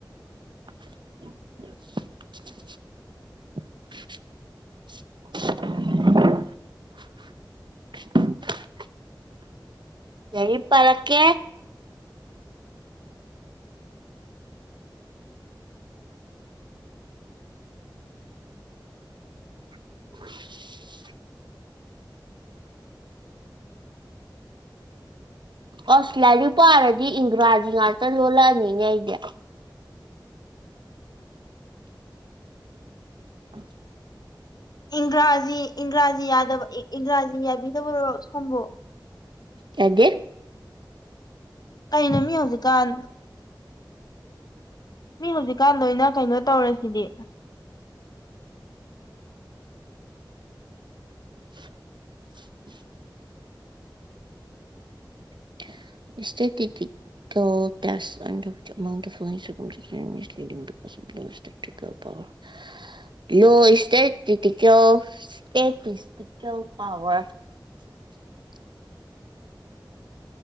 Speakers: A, on the right; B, on the left.
A: <inaudible> <inaudible> ꯀꯏ ꯄꯔꯀꯦ <inaudible> ꯑꯣꯁꯇꯦꯂꯤ ꯄꯥꯔꯗꯤ ꯏꯪꯒ꯭ꯔꯥꯖꯤ ꯉꯥꯛꯇ ꯂꯣꯜꯂꯛꯑꯅꯤꯅꯦ ꯑꯩꯗꯤ ꯑ
B: ꯏꯪ꯭ꯔꯥꯖꯤ ꯏꯪꯒ꯭ꯔꯥꯖꯤ ꯌꯥꯗꯕ ꯏꯪ꯭ꯔꯥꯖꯤ ꯌꯥꯕꯤꯗꯕꯔꯣ ꯁꯣꯝꯕꯨ
A: ꯍꯒꯦ
B: ꯀꯩꯅꯩꯅꯃꯤ ꯍꯧꯗꯨꯀꯥꯟ ꯃꯤ ꯍꯧꯖꯤꯛꯀꯥꯟ ꯂꯣꯏꯅ ꯀꯩꯅꯣ ꯇꯧꯔꯁꯤꯗꯤ
A: <inaudible> ꯏꯁꯦ ꯇꯤꯤ ꯟꯐ <inaudible> ꯂꯣ ꯏꯁꯇꯦꯤꯦꯜ ꯁꯇꯦꯇꯤꯦꯜ ꯄꯔ <inaudible>